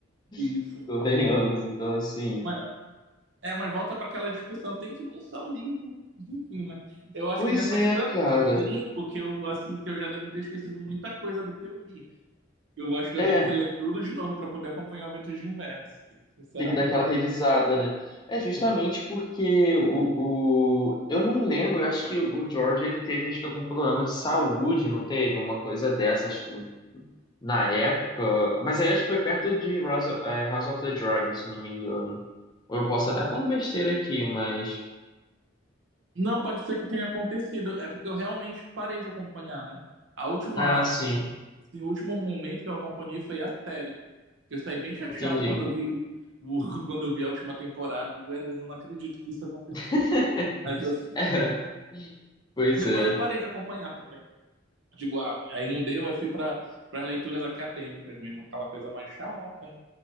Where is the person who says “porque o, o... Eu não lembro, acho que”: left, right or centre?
Left